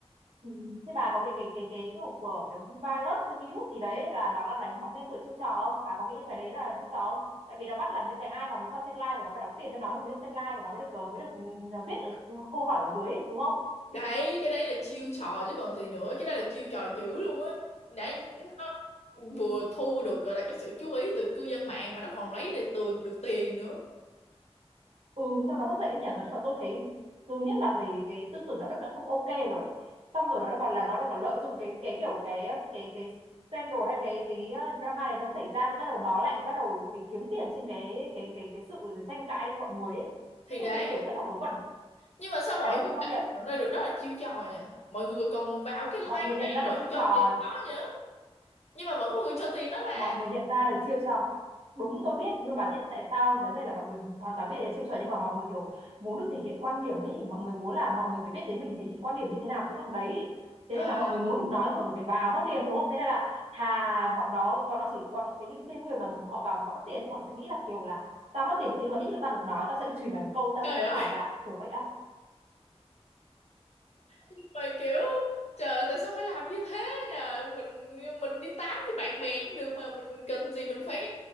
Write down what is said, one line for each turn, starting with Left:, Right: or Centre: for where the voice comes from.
Right: Ừ. thế bà có cái cái cái cái kiểu của cái virus cái virus gì đấy là nó là đánh bóng tên tuổi chiêu trò không bà có nghĩ cái đấy là chiêu trò không tại vì nó bắt là những cái ai mà muốn vào xem live của nó phải đóng tiền cho nó thì mới được xem live của nó mới được ờ, mới được ừ, viết ở câu hỏi ở dưới ấy, đúng không
Left: đấy cái đấy là chiêu trò chứ còn gì nữa cái đấy là chiêu trò dữ luôn á đấy nó vừa thu được gọi là cái sự chú ý từ cư dân mạng mà nó còn lấy được tường được tiền nữa
Right: ừ sau đó mất dạy đấy nhỉ nói chung là tôi thấy dù nhất là về cái tư tưởng đạo đức đã không ok rồi xong rồi nó còn là nó là còn lợi dụng cái cái kiểu cái cái cái scandal hay cái cái ờ, drama này nó xảy ra thì bắt đầu nó lại bắt đầu vì kiếm tiền trên cái cái cái cái sự tranh cãi đấy của mọi người ấy
Left: thì
Right: Thế tôi
Left: đấy
Right: thấy kiểu rất là vớ vẩn
Left: nhưng mà sao mọi
Right: cái đấy
Left: người
Right: thì công
Left: đã
Right: nhận
Left: không nhận ra được đó là chiêu trò nha mọi người còn vào cái live
Right: mọi người nhận
Left: đấy
Right: ra
Left: rồi
Right: được chiêu
Left: cho
Right: trò
Left: tiền nó nha nhưng mà vẫn có người cho tiền đó mà
Right: mọi người nhận ra được chiêu trò đúng tôi biết nhưng mà tại tại sao vấn đề là mọi người hoàn toàn biết đến chiêu trò nhưng mà mọi người kiểu muốn được thể hiện quan điểm ấy mọi người muốn là mọi người phải biết đến mình thể hiện quan điểm như thế nào với thằng đấy ấy. thế
Left: À,
Right: nên là mọi người muốn được nói thì mọi người phải vào mất tiền đúng không thế nên là thà bọn đó bọn nó chỉ bọn cái những cái người mà họ vào mà họ mất tiền thì họ sẽ nghĩ là kiểu là tao mất tiền ui, nhưng mà ít nhất là tao được nói tao sẽ được chửi mày một câu tao
Left: trời
Right: sẽ thấy
Left: ơi
Right: hả dạ kiểu vậy á
Left: nhưng mà kiểu trời tại sao phải làm như thế nhờ mình mình đi tám với bạn bè cũng được mà mình cần gì mình phải